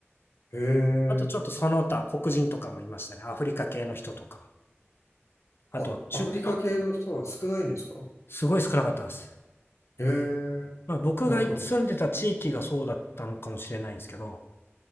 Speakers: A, on the left (about 85°); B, on the left (about 55°).
A: ええ。
B: あとちょっとその他、黒人とかもいましたね。アフリカ系の人とか。あと、
A: あ、
B: 中、
A: アフリカ系の人は少ないんですか
B: あすごい少なかったです。
A: へえ、
B: まあ、僕が住んでた地域がそうだったのかもしれないんですけど、
A: なんか、